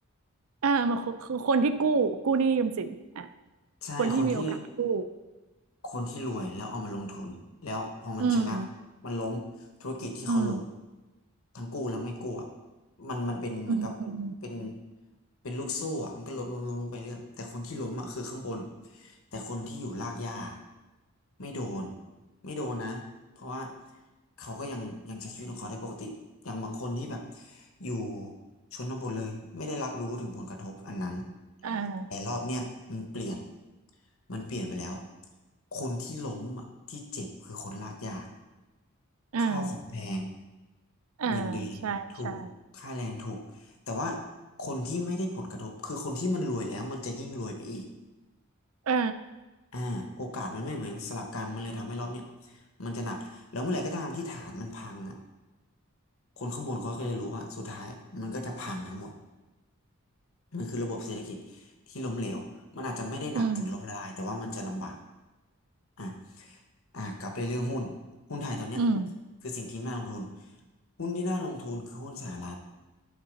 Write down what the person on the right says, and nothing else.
อ่ามันคือคือคนที่กู้กู้หนี้ยืมสินอ่ะ
คนที่มีโอกาสกู้
อืมอืม
อืมอืมอืม
อ่า
อ่า
อ่า
ใช่ใช่
เออ
อืม
อืม